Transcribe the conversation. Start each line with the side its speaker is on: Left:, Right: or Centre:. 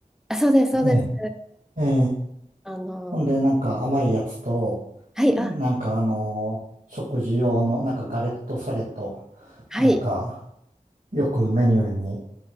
Centre: あ、そうです、そうです。
Right: ええ、ええ、
Centre: あの、
Right: ほんで、なんか甘いやつと、
Centre: はい、
Right: なんかあのー食事用の、
Centre: あ、
Right: なんかガレットサレと、
Centre: はい。
Right: なんか、よくメニューに